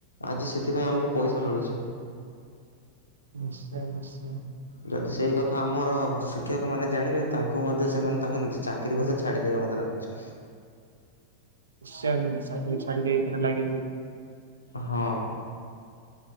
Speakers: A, on the left; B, on the right.
A: ଆଜି ସେଥିପାଇଁ ଆମକୁ ପଇସା ମିଳୁଚି।
B: ନିଶ୍ଚୟ ନିଶ୍ଚୟ।
A: ଯଦି ସେଇ କଥା ଆମର ଶିକ୍ଷକ ମାନେ ଜାଣିବେ ତାଙ୍କୁ ମଧ୍ୟ ସେମାନେ ତାଙ୍କ ନିଜ ଚାକିରୀ ପଇସା ଛାଡିଦବେ ମୋତେ ଲାଗୁଚି।
B: ନିଶ୍ଚୟ ଚାକିରି ଛାଡ଼ି ଦେଇ ଏଟା ଲାଗିଯିବେ।
A: ହଁ।